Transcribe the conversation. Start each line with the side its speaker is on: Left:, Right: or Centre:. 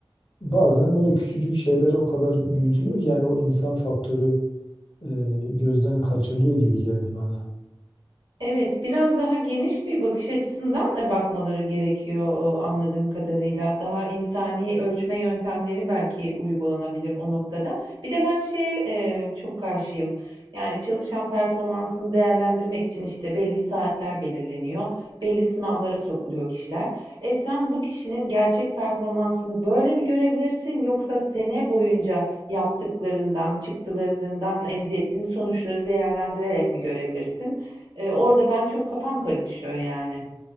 Left: Bazen böyle küçücük şeyler o kadar büyütülüyor ki yani o insan faktörü e, gözden kaçırılıyor gibi geldi bana.
Right: Evet, biraz daha geniş bir bakış açısından, eee, bakmaları gerekiyor, ooo, anladığım kadarıyla. Daha insani ölçme yöntemleri belki uygulanabilir o noktada. Bir de ben şeye, eee, çok karşıyım. Yani çalışan performansını değerlendirmek için, işte, belli saatler belirleniyor, belli sınavlara sokuluyor kişiler. E, sen bu kişinin gerçek performansını böyle mi görebilirsin yoksa sene boyunca yaptıklarından, çıktılarından elde ettiğin sonuçları değerlendirerek mi görebilirsin? Eee, orada ben çok kafam karışıyor yani.